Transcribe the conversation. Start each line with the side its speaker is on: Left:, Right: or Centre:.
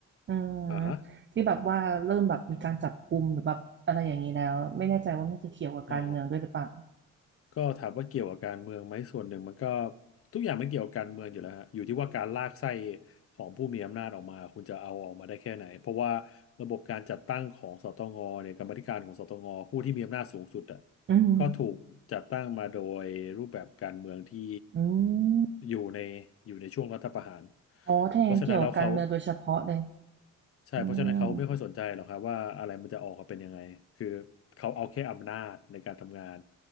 Right: อืม
Left: อ่าฮะ
Right: ที่แบบว่าเริ่มแบบมีการจับกุมหรือแบบอะไรอย่างนี้แล้วไม่แน่ใจว่ามันจะเกี่ยวกับการเมืองด้วยหรือเปล่า
Left: อ๋อ ก็ถามว่าเกี่ยวกับการเมืองไหมส่วนหนึ่งมันก็ทุกอย่างไม่เกี่ยวกับการเมืองอยู่แล้วฮะอยู่ที่ว่าการลากไส้ของผู้มีอำนาจออกมาคุณจะเอาออกมาได้แค่ไหนเพราะว่าระบบการจัดตั้งของสตงเนี่ยกรรมาธิการของสตงผู้ที่มีอำนาจสูงสุดอ่ะ
Right: อืม
Left: ก็ถูกจัดตั้งมาโดยรูปแบบการเมืองที่
Right: อืม
Left: อยู่ในอยู่ในช่วงรัฐประหาร
Right: อ๋อถ้าอย่างนั้นเกี่ยวกับการเมืองโดยเฉพาะเลย
Left: เพราะฉะนั้นแล้วเขา ใช่เพราะฉะนั้นเขาไม่ค่อยสนใจหรอกครับว่าอะไรมันจะออกมาเป็นยังไง
Right: อืม
Left: คือเขาเอาแค่อำนาจในการทำงาน